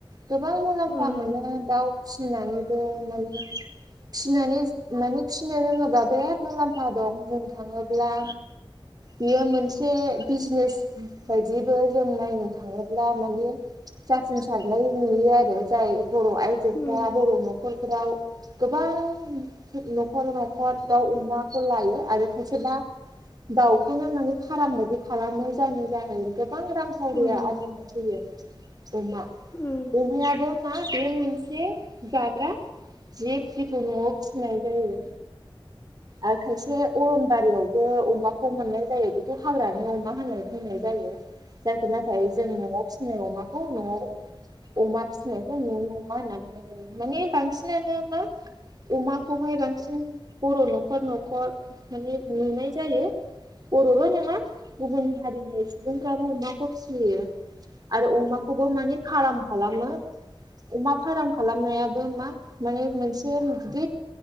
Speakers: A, on the right (about 45°); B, on the left (about 30°).
A: गोबां मुलाम्फा
B: ओम
A: मोनो दाउ फिसिनानैबो माने फिसिनानै माने फिसिनो रोङोबा बिराद मुलाम्फा दं बुंनो थाङोब्ला बियो मोनसे बिजनेस बायदिबो जों नायनो थाङोब्ला माने जाफुंसारनाय नुयो आरो। जाय बर' आयजोफ्रा
B: ओम
A: बर' न'खरफोराव गोबां न'खर न'खर दाउ अमाखौ लायो आरो खायसेबा दाउखौनो माने फार्म बायदि खालामो जायनि जाहै गोबां रांखावरिया
B: ओम
A: आरजिनो फैयो अमा
B: ओम
A: अमायाबो मा बे मोनसे जाग्रा जिब जिखौ न'आव फिनाय जायो। आरो खायसे अरनबारियावबो अमाखौ मोननाय जायो। बेखौ हाग्रानि अमा होनना बुंनाय जायो। जायखौ नाथाय जों न'आव फिसिनाय अमाखौ न'आव अमा फिनायखै न'नि अमा होनना बुंनाय जायो। माने बांसिनानो मा अमाखौहाय बांसिन बर' न'खर न'खर माने नुनाय जायो। बर'ल' नङा गुबुन हारिनि सुबुंफ्राबो अमाखौ फिसियो। आरो अमाखौबो माने फाराम खालामनो अमा फार्म खालामनायाबो मा माने मोनसे गिदिर